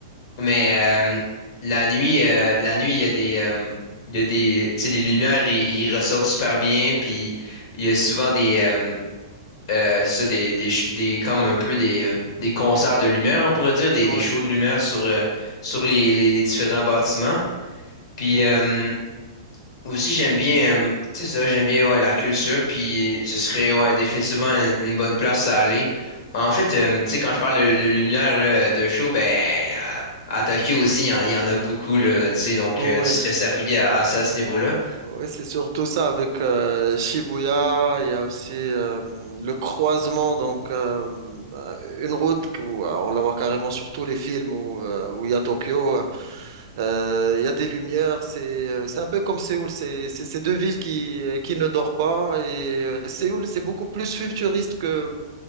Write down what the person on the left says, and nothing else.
Mais euh, la nuit, euh, la nuit, il y a des... euh, il y a des, tu sais, les lumières, ils, ils ressortent super bien, puis il y a souvent des, euh, euh, c'est ça, des, des, ch- des- comme un peu des, euh, des concerts de lumière, on pourrait dire, des,
des shows de lumière sur, euh, sur les, les- les différents bâtiments.
Puis
euh, aussi, j'aime bien, euh, c'est ça, j'aime bien ouais, la culture, puis ce serait ouais, définitivement une, une bonne place à aller. En fait, euh, tu sais, quand je parle de, de lumière, là, de show, ben, à, à Tokyo aussi, il y en, il y en a beaucoup, là, tu sais, donc
euh, tu serais servi à, à ça à ce niveau-là.